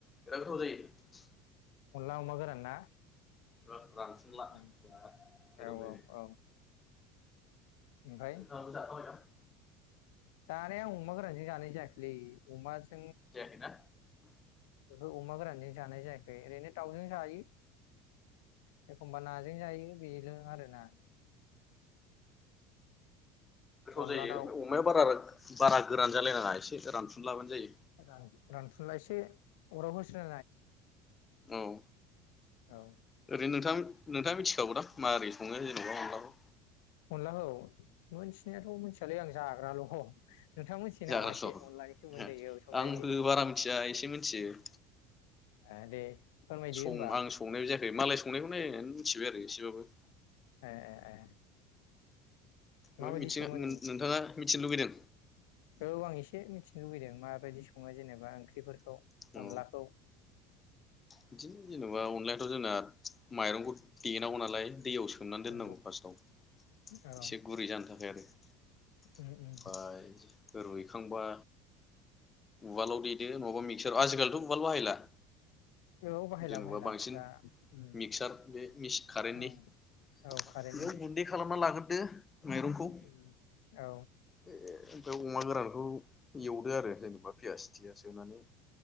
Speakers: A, on the left (about 20°); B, on the left (about 85°).
A: बिराद गोथाव जायो
B: अनला अमा गोरान ना?
A: औ रानफुनला
B: उम
A: बिराद
B: औ
A: मोदोमलायो
B: औ औ ओमफ्राय
A: नोंथाङाबो जाखांबायदां?
B: जानाया आं अमा गोरानजों जानाय जायाखैलै अमाज -
A: जायाखैना
B: जों उमागोरानजों जानाय जायाखै ओरैनो दावजों जायो। एखमबा नाजों जायो। बेनो आरो ना
A: गोथाव
B: अनला
A: जायो
B: दाउ
A: अमाया बारा बारा गोरान जालायनाङा ससे रानफुनलाबानो जायो।
B: रानफुनला एसे अराव होसो
A: औ
B: औ
A: ओरैनो नोंथां नोंथाङा मिथिखागौ दां माबोरै सङो जेनेबा अंलाखौ
B: अनलाखौ मिनथिनायाथ' मिथियालै आं जाग्राल'। नोंथाङा मोनथियो नामा
A: जाग्रा
B: एसे
A: स
B: अनलानि सोमोन्दै औ संनायनि
A: आंबो बारा मिथिया एसे मिथियो।
B: ओ दे। फोरमायदो
A: सं
B: होमबा
A: आं संनायबो जायाख मालाय संनायखौ नायनानै मिथिबाय आरो एसेबाबो।
B: ए ए ए
A: ओमफ्राय
B: माबायदि
A: मिथि
B: सङो नों
A: नोंथाङा मिथिनो लुुबैदों।
B: औ आं एसे मिथिनो लुबैदों। माबायदि सङो जेनेबा ओंख्रिफोरख खौ
A: औ
B: अनलाखौ।
A: बिदिनो जेनबा अनला ओख थ' जोंना माइरंखौ द दनांगौ नालाय। दैयाव सोमनानै
B: औ
A: दोननांगौ फार्स्टआव
B: औ
A: एसे गुरै जानो थाखाय आरो मफ्राय।
B: उम उम
A: रुइखांबा उवालाव देदो नङाबा मिक्सार आजिखालिथ' उवाल बाहायला।
B: औ बाहायला
A: जेन'बा
B: बाहायला
A: बांसिन
B: दा उम
A: मिक्सार बे मिच बे कारेन्टनि
B: औ औ
A: बेयाव
B: कारेन्टनि
A: गुन्दै खालामना लागोद दो। मरंखौ
B: उम औ
A: बेव अमा गोरानखौ एवदो आरो जेनबा पियास थियास होनानै।